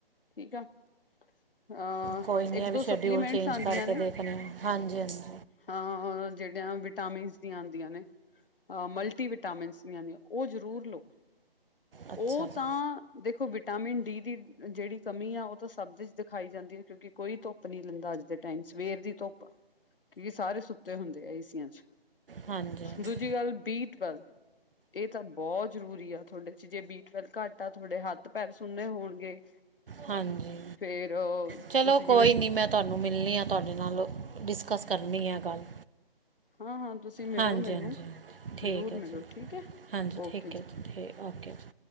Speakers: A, on the left; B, on the right.
A: ਠੀਕ ਆ। ਆਂ
B: ਕੋਈ ਨਹੀਂ
A: ਇੱਕ-ਦੋ
B: ਇਹ ਵੀ ਸ਼ੈਡਿਊਲ
A: ਸਪਲੀਮੈਂਟਸ
B: ਚੇਂਜ
A: ਆਂਦੀਆਂ
B: ਕਰਕੇ
A: ਨੇ।
B: ਦੇਖਨੇ ਆ ਹਾਂਜੀ ਹਾਂਜੀ
A: ਹਾਂ ਜੇੜੀਆਂ ਵਿਟਾਮਿਨਸ ਦੀਆਂ ਆਂਦੀਆਂ ਨੇ। ਆਂ ਮਲਟੀਵਿਟਾ- ਟਾਮਿਨਸ ਦੀਆਂ ਆਂਦੀਆਂ, ਓ ਜ਼ਰੂਰ ਲੋ।
B: ਅੱਛਾ
A: ਓ
B: ਜੀ
A: ਤਾਂ- ਦੇਖੋ ਵਿਟਾਮਿਨ ਡੀ ਦੀ ਜੇੜੀ ਕਮੀ ਆ ਓ ਤਾਂ ਸਬ ਦੇ ਚ ਦਿਖਾਈ ਜਾਂਦੀ ਐ, ਕਿਉਂਕਿ- ਕੋਈ ਧੁੱਪ ਨੀ ਲੈਂਦਾ ਅੱਜ ਦੇ ਟਾਈਮ ਸਵੇਰ ਦੀ ਧੁੱਪ- ਕੀ ਸਾਰੇ ਸੁੱਤੇ ਹੁੰਦੇ ਆ ਏਸੀਆਂ ਚ।
B: ਹਾਂਜੀ ਹਾਂਜੀ
A: ਦੂਜੀ ਗੱਲ ਬੀ ਟਵੈਲ- ਏ ਤਾਂ ਬੋ ਜ਼ਰੂਰੀ ਆ ਤੁਹਾਡੇ ਚ। ਜੇ ਬੀ ਟਵੇਲ ਕੱਟ ਆ ਤਾਡੇ ਹੱਥ ਪੈਰ ਸੁੁੰਨੇ ਹੋਣਗੇ।
B: ਹਾਂਜੀ
A: ਫੇਰ
B: ਚਲੋ
A: ਤੁਸੀਂ ਜਿਵੇਂ
B: ਕੋਈ ਨੀ ਮੈਂ- ਤਾਨੂੰ ਮਿਲਣੀ ਆ, ਤੁਆਡੇ ਨਾਲ ਡਿਸਕਸ ਕਰਨੀ ਆ ਗੱਲ।
A: ਹਾਂ-ਹਾਂ ਤੁਸੀਂ ਮਿਲੋ
B: ਹਾਂਜੀ
A: ਮੇਨੂੰ
B: ਹਾਂਜੀ ਹਾਂਜੀ। ਠੀਕ
A: ਜ਼ਰੂਰ
B: ਹੈ
A: ਮਿਲੋ
B: ਜੀ
A: ਠੀਕ ਐ,
B: ਹਾਂਜੀ
A: ਓਕੇ
B: ਠੀਕ
A: ਜੀ।
B: ਹੈ ਠੀਕ ਓਕੇ ਜੀ